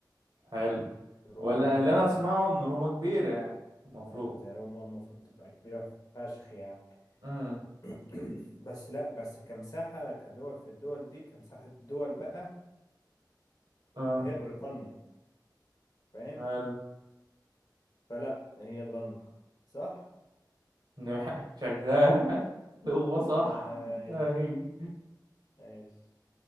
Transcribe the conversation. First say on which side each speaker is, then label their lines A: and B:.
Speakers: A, on the right (about 65°); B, on the left (about 55°).
A: حلو
B: روما
A: ولا
B: روما
A: اللي انا
B: دي
A: اسمعه ان روما كبيره يعني المفروض
B: أنا بتاع روما المفروض تبقى كبيرة فشخ يعني
A: امم
B: <clears throat> بس لا بس كمساحة كدول في الدول دي كمساحة دول بقى
A: اه
B: يبقى هي بريطانيا فاهم
A: حلو
B: فلا هي لندن صح
A: جماعة- شغال <laughs> هو صح
B: <laughs> هاي
A: اي
B: ماشي